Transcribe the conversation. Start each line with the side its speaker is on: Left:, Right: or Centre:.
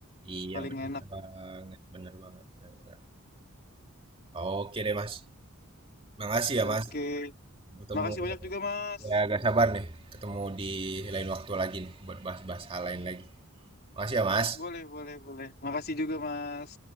Right: Iya
Left: paling
Right: bener
Left: enak.
Right: banget, bener banget, bener banget. Oke deh Mas. Makasih ya
Left: Oke,
Right: Mas. Bertemu
Left: makasih banyak juga Mas.
Right: ya agak sabar nih ketemu di lain waktu lagi nih buat bahas-bahas hal lain lagi. Makasih ya Mas.
Left: Boleh boleh boleh. Makasih juga Mas.